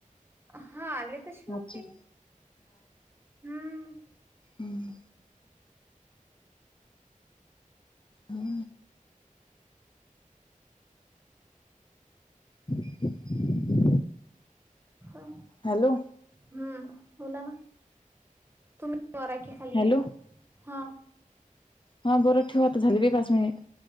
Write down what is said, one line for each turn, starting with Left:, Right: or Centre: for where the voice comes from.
Right: हा आले तर शिवते,
Left: मागची
Right: हम्म.
Left: अं. हा. <inaudible>
Right: होय,
Left: हॅलो
Right: हम्म बोला ना. तुम्ही वर आहे की खाली
Left: हॅलो
Right: आहे? हा.
Left: हा बरं ठेवा आता झाले की पाच मिनिट.